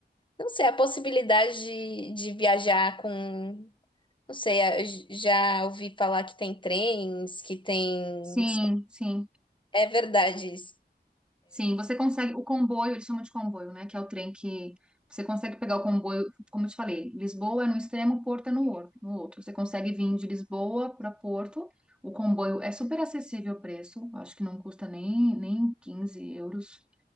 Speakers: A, on the left (about 30°); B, in the centre.
A: não sei, a possibilidade de, de viajar com, não sei, a- já ouvi falar que tem trens, que tem.
B: sim, sim.
A: É verdade isso.
B: Sim, você consegue o comboio, eles chamam de comboio, né? Que é o trem que você consegue pegar o comboio, como eu te falei, Lisboa é no extremo, Porto é no, or- no outro. Você consegue vir de Lisboa para Porto. O comboio é super acessível o preço, acho que não custa nem, nem 15 euros.